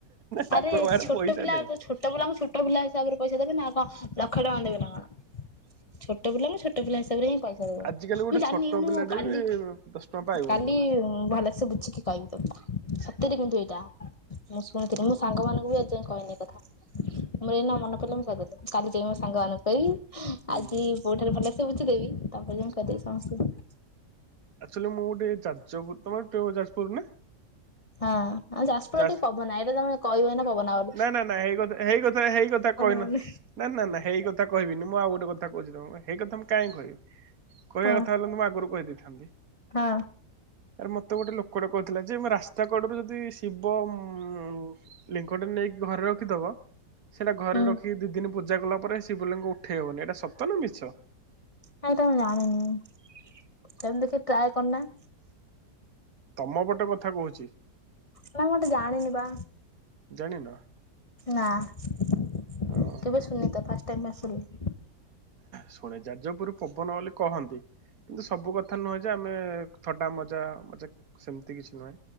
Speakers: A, on the right; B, on the left.
A: ଠାକୁର
B: ଆରେ
A: ପାଖରେ
B: ଛୋଟ
A: ପଇସା
B: ପିଲା
A: ନାହିଁ।
B: ଆ କଣ ଛୋଟ ପିଲାଙ୍କୁ ଛୋଟ ପିଲା ହିସାବରେ ପଇସା ଦେବେ ନା କଣ ଲକ୍ଷ ଟଙ୍କା ଦେବେ ନା କଣ। ଛୋଟ ପିଲା ମୁଁ ଛୋଟ ପିଲା ହିସାବରେ ହିଁ ପଇସା ଦେବ
A: ଆଜିକାଲି ଗୋଟେ
B: ମୁଁ ଜାଣିନି
A: ଛୋଟ ପିଲାଟେ
B: ମୁଁ କାଲି
A: ବି ଦଶ ଟଙ୍କା ପାଇବନି
B: କାଲି
A: ତାକୁ।
B: ଭଲସେ ବୁଝିକି କହିବି ତମକୁ ସତରେ କିନ୍ତୁ ଏଇଟା। ମୁଁ ଶୁଣିଥିଲି
A: ହୁଁ
B: ମୁଁ ସାଙ୍ଗମାନଙ୍କୁ ବି ଯାଇ କହିନି କଥା ମୋର ଏଇନା ମନେ ପଡ଼ିଲେ ମୁଁ କହିଦେଲି କାଲି ଯାଇ ମୋ ସାଙ୍ଗମାନଙ୍କୁ କହି।
A: ହୁଁ
B: ଆଜି ବୋଉଠାରୁ ଭଲସେ ବୁଝିଦେବି ତା ପରେ ଯାଇ କରିଦେବି ସମସ୍ତେ ଙ୍କୁ।
A: ଅକୁଚୁଆଲି ମୁଁ ଗୋଟେ ଯାଜପୁର ତମର ଯାଜପୁର ନା?
B: ହଁ ଆଉ ଯାଜପୁର
A: ଯାଜ
B: ଟିକେ ପବନା ଏଟ ତମେ କହିବ ନା ପବନ ଆ।
A: ନା ନା ନା ହେଇ କଥା ହେଇ କଥା ହେଇ କଥା କହିନି
B: ମାନ
A: ନା ନା ନା ହେଇ କଥା। କଥା କହିବି ମୁଁ ଆଉ ଗୋଟ କହୁଛି ତମ ସେ ହେଇ କଥା ମୁଁ କାହିଁ କହିବି। କହିବା
B: ହଁ
A: କଥା ହେଲେ ମୁଁ ଆଗରୁ କହିଦେଇଥାନ୍ତି।
B: ହଁ।
A: ଆରେ ମତେ ଗୋଟେ ଲୋକଟେ କହିଥିଲା ଯେ ରାସ୍ତା କଡରୁ ଯଦି ଶିବଲିଙ୍ଗ ଗୋଟେ ନେଇକି ଘରେ ରଖିଦବ ସେଟା ଘରେ
B: ହୁଁ
A: ରଖି ଦି ଦିନ ପୂଜା କଲା ପରେ ସେ ଶିବଲିଙ୍ଗ କୁ ଉଠେଇ ହବନି ଏଇଟା ସତ ନା ମିଛ?
B: କାଇଁତ ମୁଁ ଜାଣିନି କେମିତି ଦେଖି ଟ୍ରାଏ କରୁନା।
A: ତମ ପଟ କଥା କୋହୁଚି।
B: ନା ମୁଁତ ଜାଣିନି ପା
A: ଜାଣିନ?
B: ନା। କେବେ
A: ହଁ
B: ସୁନି ତ ଫାଷ୍ଟ ଟାଇମ ପାଇଁ ଶୁଣିଲି।
A: ଶୁଣେ ଯାଜପୁର ପବନ ବୋଲି କହନ୍ତି କିନ୍ତୁ ସବୁ କଥା ନୁହେଁ ଯେ ଆମେ ଥଟା ମଜା ମଜାକ୍ ସେମତି କିଛି ନୁହେଁ